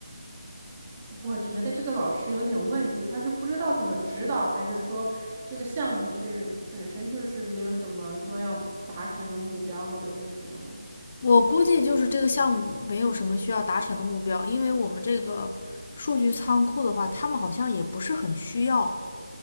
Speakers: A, on the right; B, on the left.
A: 我觉得这个老师有点问题，他是不知道怎么指导，还是说这个项目是本身就是没有什么说要达成的目标或者是什么呢？
B: 我估计就是这个项目没有什么需要达成的目标，因为我们这个数据仓库的话，他们好像也不是很需要，